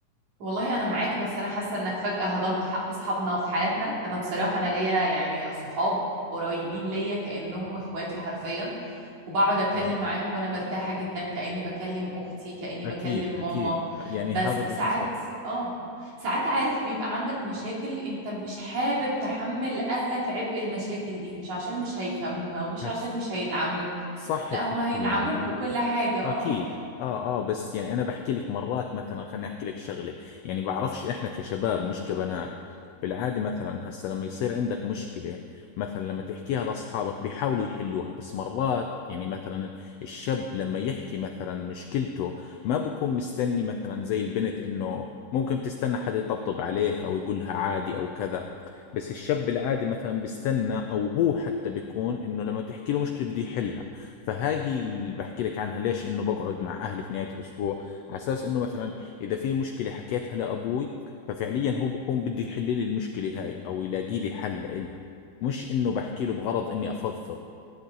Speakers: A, on the right; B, on the left.
A: والله انا معاك بس انا حاسه انك فجاه هضمت حق اصحابنا في حياتنا انا بصراحه انا ليا يعني صحاب قريبين ليا كانهم اخواتي حرفيا وبقعد اتكلم
B: آه.
A: معاهم وانا مرتاحه جدا كاني بكلم اختي كاني
B: أكيد
A: بكلم
B: أكيد
A: ماما
B: يعني
A: بس
B: هذا الإشي
A: ساعات
B: صح
A: اه ساعات عارف بيبقى عندك مشاكل انت مش حابب تحمل اهلك عبء المشاكل دي مش عشان مش هيفهموها ومش
B: هس-
A: عشان مش هيدعموك
B: صح
A: لا
B: بتحكي
A: هم هيدعموك
B: يعني
A: وكل حاجه اه
B: اكيد اه اه بس يعني انا بحكي لك مرات مثلا خليني احكي لك شغله يعني بعرفش احنا كشباب مش كبنات بالعاده مثلا هسه لما يصير عندك مشكله مثلا لما تحكيها لاصحابك بيحاولوا يحلوها بس مرات يعني مثلا الشاب لما يحكي مثلا مشكلته ما بكون مستني مثلا زي البنت انه ممكن تستنى حدا يطبطب عليه او يقولها عادي او كذا بس الشاب العادي مثلا بيستنى او هو حتى بيكون انه لما تحكي له مشكله بده يحلها فهاي هي اللي بحكي لك عنها ليش انه بقعد مع اهلي في نهايه الاسبوع على اساس انه مثلا اذا في مشكله حكيتها لابوي ففعليا هو بكون بده يحل لي المشكله هاي او يلاقي لي حل لها مش انه بحكي له بغرض اني افضفض